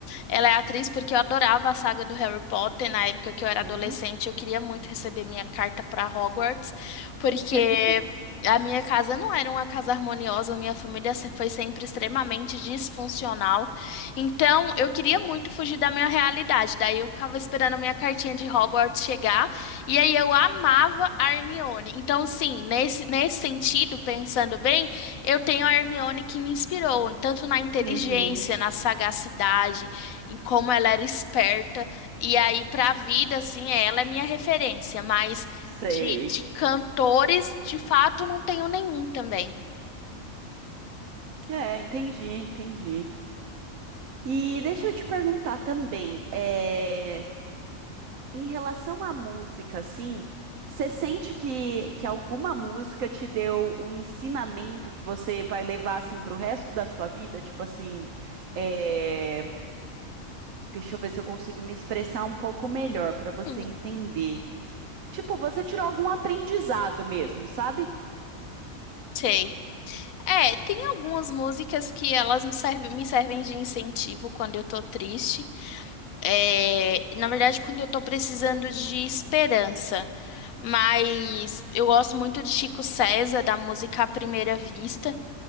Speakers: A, on the left; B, on the right.
A: Ela é atriz porque eu adorava a saga do Harry Potter na época
B: Uhum.
A: que eu era adolescente. Eu queria muito receber minha carta para Hogwarts, porque
B: <laughs>
A: a minha casa não era uma casa harmoniosa, minha família se- foi sempre extremamente disfuncional. Então, eu queria muito fugir da minha realidade. Daí eu ficava esperando a minha cartinha de Hogwarts chegar, e aí eu amava a Hermione. Então, sim, nesse, nesse sentido, pensando bem, eu tenho a Hermione que me inspirou, tanto na inteligência,
B: Uhum,
A: na sagacidade, em como ela era esperta. E aí, pra vida, assim, ela é minha referência, mas
B: sei.
A: de, de cantores, de fato, não tenho nenhum também.
B: É, entendi, entendi. E deixa eu te perguntar também, é, em relação à música, assim, você sente que, que alguma música te deu um ensinamento que você vai levar, assim, pro resto da sua vida? Tipo assim, é, deixa eu ver se eu consigo me expressar um pouco melhor para você
A: Uhum,
B: entender. Tipo, você tirou algum aprendizado mesmo, sabe?
A: Sei. É, tem algumas músicas que elas me servem, me servem de incentivo quando eu tô triste. É, na verdade, quando eu tô precisando de esperança. Mas eu gosto muito de Chico César, da música À Primeira Vista.